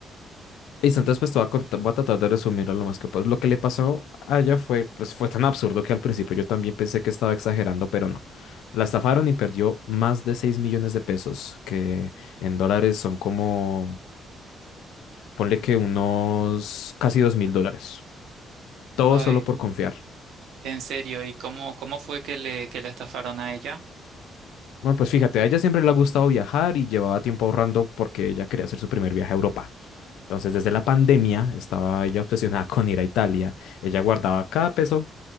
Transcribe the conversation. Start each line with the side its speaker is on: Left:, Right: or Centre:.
Left: Listo, entonces pues te voy a, cont- voy a tratar de resumirlo lo más que puedo. Lo que le pasó a ella fue, pues fue tan absurdo que al principio yo también pensé que estaba exagerando, pero no. La estafaron y perdió más de 6 millones de pesos, que en dólares son como, ponle que unos casi dos mil dólares. Todo
Right: Ay,
Left: solo por confiar.
Right: en serio, ¿y cómo, cómo fue que le, que la estafaron a ella?
Left: Bueno, pues fíjate, a ella siempre le ha gustado viajar y llevaba tiempo ahorrando porque ella quería hacer su primer viaje a Europa. Entonces, desde la pandemia estaba ella obsesionada con ir a Italia. Ella guardaba cada peso